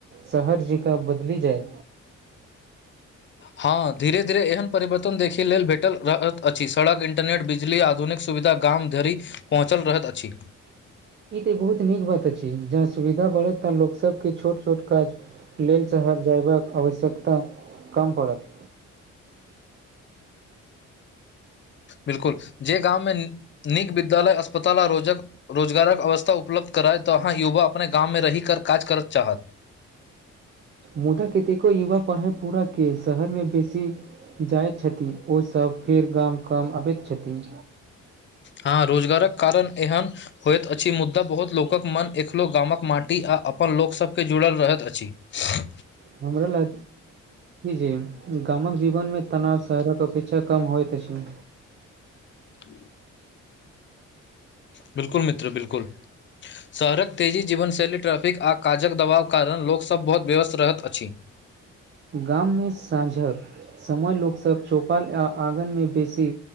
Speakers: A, on the right (about 35°); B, on the left (about 35°).
A: शहर जगाँ बदली जाइ
B: हँ धीरे धीरे एहन परिवर्तन देखै लेल भेटल अछि सड़क इन्टरनेट बिजली आ आधुनिक सुविधा गाम धरि पहुँचल रहैत अछि
A: ई ते बहुत नीक बात अछि जहा सुविधा बढ़त ता लोको सब के छोट छोट काज लेल शहर जयबाक आवश्यकता कम पड़त
B: बिल्कुल जे गामंवमे नीक विद्यालय अस्पताल आ रोजक रोजगारक अवस्था उपलब्ध कराय तऽ अहाँ युवा अपने गाममे रहि कऽ काज करत चाहत
A: मुदा कतेको युवा पढ़ै पूरा के शहर मे बेसी जाइत छथि ओसभ फेर गाम काम अबैत छथिन
B: हँ रोजगारक कारण एहन होयइत अछि मुद्दा बहुत लोकक मन एकलो गामक माटी आ अपन लोकसभके जुड़ल रहैत अछि <unintelligible> <unintelligible>
A: हमरा ल जे गामक जीवनमे तनाव शहरक अपेक्षा कम होइत अछि
B: ह बिल्कुल मित्र बिल्कुल शहरक तेजी जीवनशैली ट्रैफिक आ काजक दबाव कारण लोकसभ बहुत व्यस्त रहत अछि
A: गाम मे साँझक समय लोकसभ चौपाल आ आँगन मे बेसी